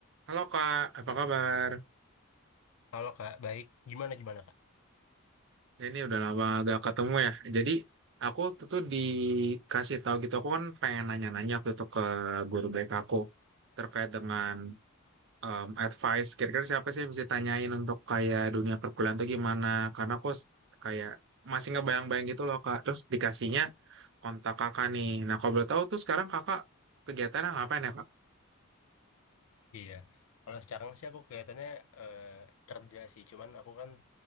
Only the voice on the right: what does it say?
Halo Kak, apa kabar?
Ya, Ini udah lama gak ketemu ya. Jadi aku tuh, tuh dikasih tahu gitu, aku kan pengen nanya-nanya waktu itu ke guru baik aku terkait dengan em, advice. Kira-kira siapa sih yang bisa tanyain untuk kayak dunia perkuliahan tuh gimana? Karena aku s- kayak masih ngebayang-bayang gitu loh Kak. Terus dikasihnya kontak kakak nih. Nah kalau boleh tahu tuh sekarang kakak kegiatannya ngapain ya